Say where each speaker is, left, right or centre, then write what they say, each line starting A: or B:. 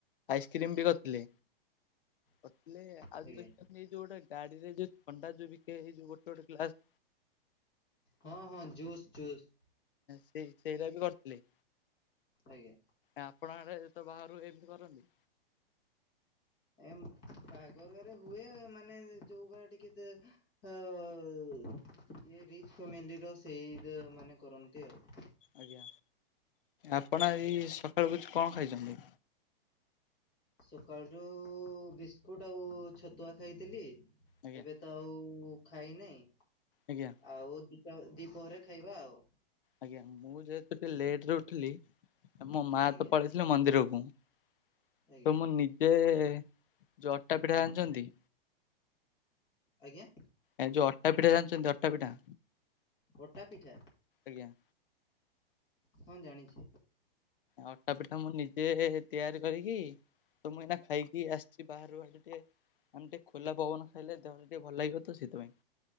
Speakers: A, on the left; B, on the left.
A: ସକ୍ରିମ ବି କରିଥିଲେ, କରିଥିଲେ ଆଜି
B: ଆଜ୍ଞା
A: ଦେଖ ଏଇ ଯୋଉ ଗୋଟେ ଗାଡିରେ ଯୋଉ ଥଣ୍ଡା ଯୋଉ ବିକେ ହୁଏ ଯୋଉ ଗୋଟେ ଗୋଟେ ଗ୍ଲାସ
B: ହଁ ହଁ ଜୁସ୍ ଜୁସ୍
A: ସେ ସେଇଟା ବି କରିଥିଲି
B: ଆଜ୍ଞା
A: ଆପଣ ଆଡେ ତ ବାହାରୁ ଏମିତି କରନ୍ତି
B: ଏ ବାହାଘର ଘରେ ହୁଏ ମାନେ ଯୋଉ ଘରେ ଟିକେ ଇ ରଚ ଫ୍ୟାମିଲିର ସେଇ ମାନେ କରନ୍ତି ଆଉ
A: ଆଜ୍ଞା ଆପଣ ଏଇ ସକାଳୁକୁ କଣ ଖାଇଛନ୍ତି
B: ସକାଳ ରୁ ବିସ୍କୁଟ ଆଉ ଛତୁଆ ଖାଇଥିଲି
A: ଆଜ୍ଞା
B: ଏବେ ତ ଖାଇନହିଁ
A: ଆଜ୍ଞା
B: ଆଉ ଦିଟା ଦିପହରେ ଖାଇବା ଆଉ
A: ଆଜ୍ଞା ମୁଁ ଯେହେତୁ ଟିକେ ଲେଟ ରେ ଉଠିଲି ମୋ ମା
B: ଆଜ୍ଞା
A: ତ ପଳେଇ ଥିଲ ମନ୍ଦିରକୁ ତ
B: ଆଜ୍ଞା
A: ମୁଁ ନିଜେ ଯୋଉ ଅଟା ପିଠା ଜଣିଛନ୍ତି
B: ଆଜ୍ଞା
A: ଏ ଯୋଉ ଅଟା ପିଠା ଜାଣିଛନ୍ତି ଅଟା ପିଠା
B: ଗୋଟା ପିଠା
A: ଆଜ୍ଞା
B: କଣ ଜାଣିଛେ
A: ଅଟା ପିଠା ମୁଁ ନିଜେ ତିଆରି କରିକି ତ ମୁଁ ଏନା ଖାଇକି ଆସିଛି ବାହାରୁ ଆ ଟିକେ ଆମେ ଟିକେ ଖୋଲା ପବନ ଖାଇଲେ ଦେହ ଟିକେ ଭଲ ଲାଗିବ ତ ସେଥିପାଇଁ